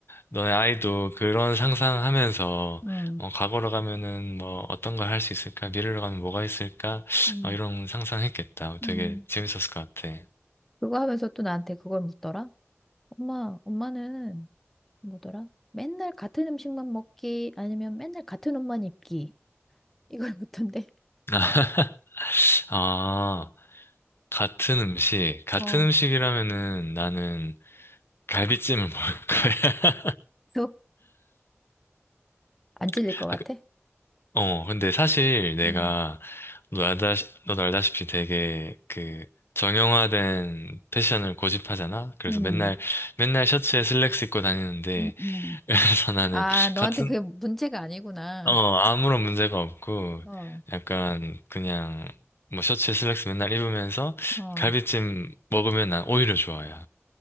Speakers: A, on the left; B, in the centre.
A: 너네 아이도 그런 상상하면서,
B: 음,
A: 어, 과거로 가면은 뭐, 어떤 걸 할 수 있을까? 미래로 가면 뭐가 있을까?
B: 음,
A: 아, 이런 상상했겠다.
B: 음.
A: 되게 재밌었을 것 같아.
B: 그거 하면서 또 나한테 그걸 묻더라. 엄마, 엄마는 뭐더라? 맨날 같은 음식만 먹기 아니면 맨날 같은 옷만 입기 이걸 <laughs> 묻던데.
A: <laughs> 아, 같은 음식. 같은
B: 어.
A: 음식이라면은 나는 갈비찜을 먹을 거야.
B: 그래서 안 질릴
A: <laughs>
B: 것 같아?
A: 아, 그- 어, 근데 사실 내가,
B: 음,
A: 너 알다, 너도 알다시피 되게 그, 정형화된 패션을 고집하잖아? 그래서
B: 음,
A: 맨날, 맨날 셔츠에 슬랙스 입고 다니는데,
B: 음, 음.
A: <laughs> 그래서 나는
B: 아, 너한테
A: 같은,
B: 그게 문제가 아니구나.
A: 어, 아무런 문제가 없고,
B: 어,
A: 약간, 그냥, 뭐, 셔츠 슬랙스 맨날 입으면서,
B: 어.
A: 갈비찜 먹으면 난 오히려 좋아요.